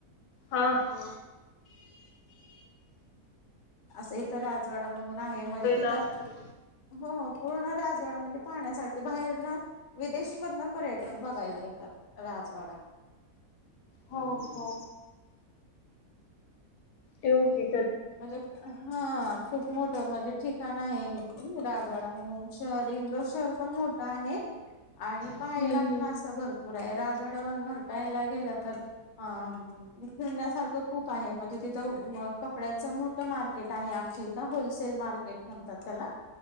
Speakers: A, on the left; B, on the left.
A: हं हं
B: असं इथं राजवाडा म्हणून आहे म्हणजे तिथं
A: असतील
B: हो पूर्ण राजवाडा म्हणजे पाहण्यासारखं बाहेरनं विदेशमधनं पर्यटक बघायला येतात राजवाडा
A: हो हो येउ कि
B: म्हणजे हं खूप मोठं म्हणजे ठिकाण आहे हे. राजवाडा म्हणून शहर इंदोर शहर पण मोठं आहे. आणि पहायला
A: हम्म हम्म
B: पण असं भरपूर आहे. राजवाड्यावर म्हटायला गेलं तर अं फिरण्यासारखं खूप आहे म्हणजे तिथ कपड्याचं मोठं मार्केट आहे आमच्या इथं, होलसेल मार्केट म्हणतात त्याला